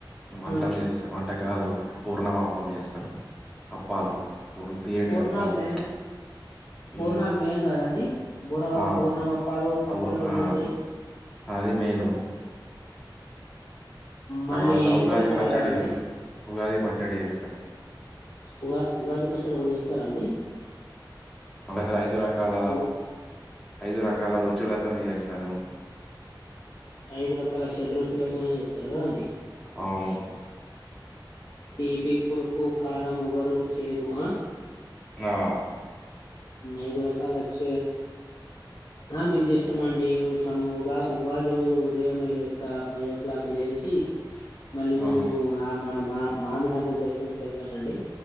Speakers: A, in the centre; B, on the left (about 55°).
A: వంటం
B: ఆ
A: చేస్తారు వంట వంటకాలు పూర్ణమ అప్పం చేస్తారు అప్పాలుకు ఉరు తియేటి
B: పూర్ణాల్
A: అప్పాలు
B: మెయిన్ పూర్ణాలు
A: మ్మ్
B: మెయిన్ కదాండి బోరమా
A: ఆ
B: బోరమా
A: పూ-
B: పాలు పాప్పులతో
A: పూర్ ఆ
B: చేసాయి
A: అది మెయిను
B: మళ్ళీ
A: తర్వాత
B: ఇది
A: ఉగాది
B: కూడా మెయినే
A: పచ్చడి
B: కదండి
A: ఉగాది పచ్చడి చేస్తారు
B: ఉగా ఉగాది పచ్చడి కూడా చేస్తారా అండి
A: అ ఐదు రకాల
B: ఉ
A: ఐదు రక కల రుచులతనే చేస్తారు
B: ఐదు రకాల షడ్రఋతులతోనే చేస్తారు కదండి
A: అవును
B: తీపి పులుపు కారం వగరు చేదు ఆ
A: ఆ
B: ఐదురకాలచ్చ మేమ్ ఇస్తమండి సంఘ ఉద ఉగాది రోజు ఉదయంమే లేస్తా ఫైవ్ ఓ క్లాక్ లేసి మళ్ళీ నేను
A: ఆ
B: ఆ మన మా మామిడి ఆకులు తెచ్చేందుకు వెళ్తానండి